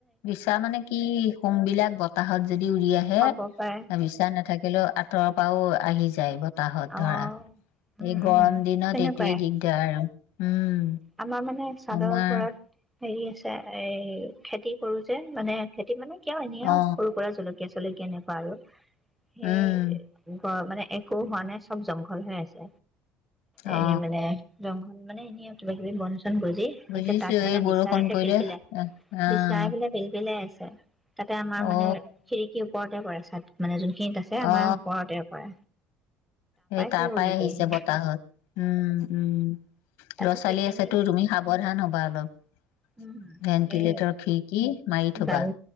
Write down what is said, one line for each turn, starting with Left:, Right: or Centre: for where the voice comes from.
Left: বিছা মানে কি, সোমবিলাক বতাহত যদি উৰি আহে।
Centre: হ'ব পাৰে
Left: বিছা নাথাকিলেও আঁতৰৰ পৰাও আহি যা যাইবত সতাহত
Centre: অ
Left: ধৰা,
Centre: উম
Left: এই
Centre: উম
Left: গৰম দিনত
Centre: তেনেকুৱাই
Left: এইটোৱেই দিগদাৰ উম,
Centre: আমাৰ মানে চাদৰ
Left: আমাৰ।
Centre: ওপৰত হেৰি আছে এ, খেতি কৰো যে মানে, খেতি মানে কিয় এনে আৰু
Left: অ
Centre: সৰু সুৰা জল কে চলিল কেনেকুৱা আৰু। সেই
Left: উম
Centre: ব মানে একো হোৱা নাই। চব জংঘল হৈ আছে। এই
Left: অ
Centre: মানে জংঘল মানে এনে আৰু কিবা কিবি বন <unintelligible> গজি
Left: বুজিছো
Centre: একে তাত মানে
Left: এই বৰষুণ
Centre: বিছা একে
Left: পৰিলে
Centre: পিলপিলাই।
Left: অ
Centre: বিছাই আহিলে পিলপিলাই আছে। <inaudible> তাতে আমাৰ মানে
Left: অ
Centre: খিৰিকীৰ ওপৰতে কৰে চাত মানে যোনখিনিত আছে আমাৰ
Left: অ
Centre: ওপৰতে পৰে।
Left: সেই তাৰ
Centre: চাগে
Left: পৰাই
Centre: উৰি
Left: আহিছে
Centre: গৈ আহিম
Left: বতাহত উম, উম,
Centre: তাৰপিছত
Left: ল'ৰা ছোৱালী
Centre: সেইখিনিত
Left: আছেতো তুমি সাৱধান হ'বা অলপ।
Centre: উম,
Left: ভেন্টিলেটৰ
Centre: সেই
Left: খিৰিকী মাৰি থবা
Centre: ডাল